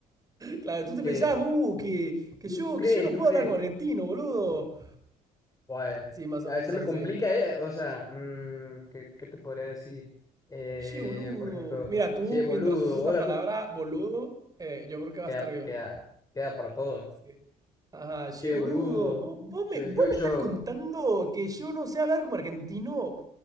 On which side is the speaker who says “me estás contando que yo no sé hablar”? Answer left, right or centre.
Right